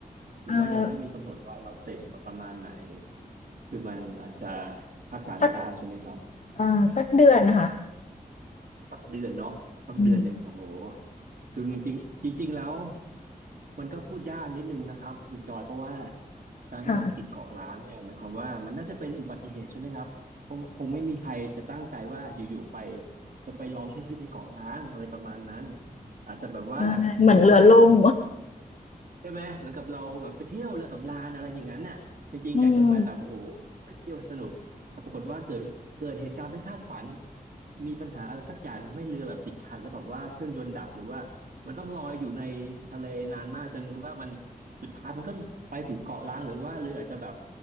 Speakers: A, on the right; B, on the left.
A: หรือว่ายังไม่มีกำหนดว่าเราติดแบบประมาณไหน
B: อ่า
A: คือมันอาจจะคาดการณ์ไม่ได้ใช่ไหมครับ
B: สักอ่าสักเดือนค่ะ
A: สักเดือนเนาะสักเดือนหนึ่งโอ้โห
B: อืม
A: คือมันจริงจริงๆแล้วมันก็พูดยากนิดนึงนะครับคุณจอยเพราะว่าการที่เราไปติดเกาะล้างเนี่ยหมายความว่ามันน่าจะเป็นอุบัติเหตุใช่ไหมครับคงคงไม่มีใครจะตั้งใจว่าอยู่ๆไป
B: ค่ะ
A: จะไปลองใช้ชีวิตในเกาะล้างอะไรประมาณนั้นอาจจะแบบว่าสมมุติว่า
B: ใช่เหมือนเรือล่ม
A: ใช่ไหมเหมือนกับเราแบบไปเที่ยวเรือสำราญอะไรอย่างนั้นน่ะจริงๆอยากจะไปแบบโอ้โหไปเที่ยวสนุกแต่ปรากฏว่าเกิดเกิดเหตุการณ์ไม่คาดฝัน
B: <laughs> อืม
A: มีปัญหาอะไรสักอย่างทำให้เรือแบบติดขัดแล้วแบบว่าเครื่องยนต์ดับหรือว่ามันต้องลอยอยู่ในทะเลนานมากจนว่ามันสุดท้ายมันก็ไปถึงเกาะล้างหรือว่าเรืออาจจะแบบ